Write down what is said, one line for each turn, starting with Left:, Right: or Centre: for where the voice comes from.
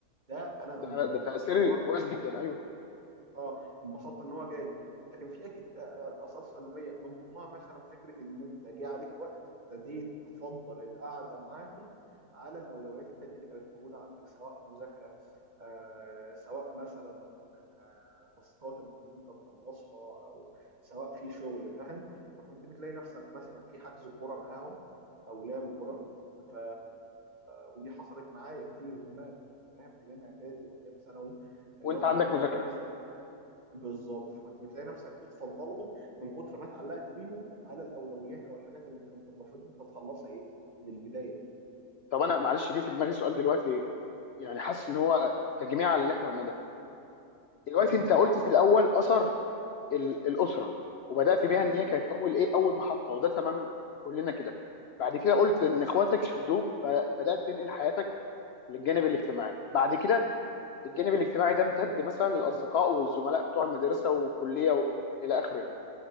Right: ده انا
Left: ده
Right: انبسطت
Left: ده تاثير
Right: ان هو
Left: كويس جدا <laughs> ايوه
Right: اه انبسطت ان هو جالي لكن في اكيد آه، آه، اثار سلبيه من ضمنها مثلا فكره ان انت جه عليك وقت ابتديت تفضل القعده معاهم على الاولويات التانيه اللي كانت موجوده عندك سواء مذاكره آه سواء مثلا آه تاسكات المفروض انت تخلصها او سواء في شغل فاهم فكنت بتلاقي نفسك مثلا في حجز كوره معاهم او لعب كوره ف ودي حصلت معايا كتير زمان فاهم ايام اعدادي وايام ثانوي اللي
Left: وانت
Right: هو
Left: عندك
Right: كنت بتلاقي
Left: مذاكره
Right: نفسك بالظبط فكنت بتلاقي نفسك بتفضلهم من كتر ما اتعلقت بيهم على الاولويات او الحاجات اللي كنت المفروض انت تخلصها ايه من البدايه
Left: طب انا معلش جه في دماغي سؤال دلوقتي يعني حاسس ان هو تجميع على اللي احنا قلناه ده دلوقتي
Right: زي
Left: انت قلت في الاول اثر ال- الاسره وبدات بيها
Right: مم.
Left: ان هي كانت اول ايه اول محطه وده تمام كلنا كده بعد كده قلت ان اخواتك شدوك فبدات تنقل حياتك للجانب الاجتماعي بعد كده
Right: تمام
Left: الجانب الاجتماعي ده امتد مثلا للاصدقاء والزملاء بتوع المدرسه والكليه و... الى اخره يعني